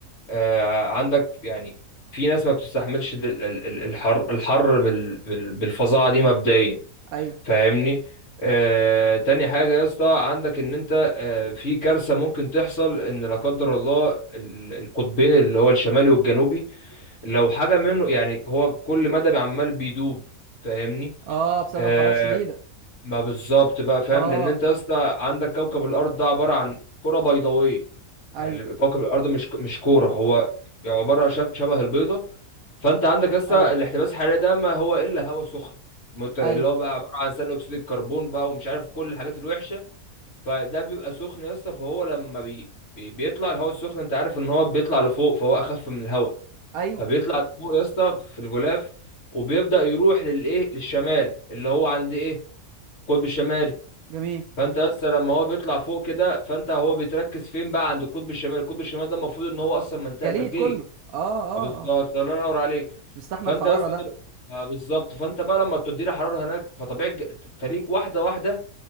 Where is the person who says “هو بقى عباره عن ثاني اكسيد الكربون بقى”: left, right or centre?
Left